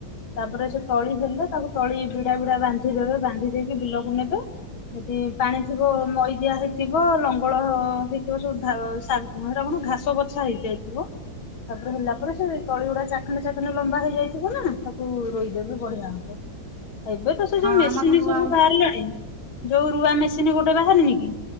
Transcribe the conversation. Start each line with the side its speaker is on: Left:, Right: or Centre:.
Left: ତାପରେ ସେ ତଳି ହେଲେ ତାକୁ ତଳି ଭିଡା ଭିଡା ବାନ୍ଧି ଦେବେ, ବାନ୍ଧି ଦେଇକି ବିଲକୁ ନେବେ। ସେଠୁ ପାଣି ଥିବ ମଇଦିଆ ହେଇଥିବ, ଲଙ୍ଗଳ ହେଇଥିବ ସବୁ ହେରା କଣ ଘାସ ବଛା ହେଇଯାଇଥିବ। ତାପରେ ହେଲା ପରେ ସେ ତଳି ଗୁଡା ଚା ଖାନ ଚାଖଣ୍ଡ ଲମ୍ବା ହେଇଯାଇଥିବ ନା ତାକୁ ରୋଇଦେବେ ବଢିଆ ହବ। ଏବେ ତ ସେ ଯୋଉ
Right: ହଁ
Left: ମେସିନ୍
Right: ଆମର ରୁଆ
Left: ସବୁ
Right: ହଉଛି
Left: ବାହାରିଲାଣି।
Right: ପା
Left: ଯୋଉ ରୁଆ ମେସିନ୍ ଗୋଟେ ବାହାରିନି କି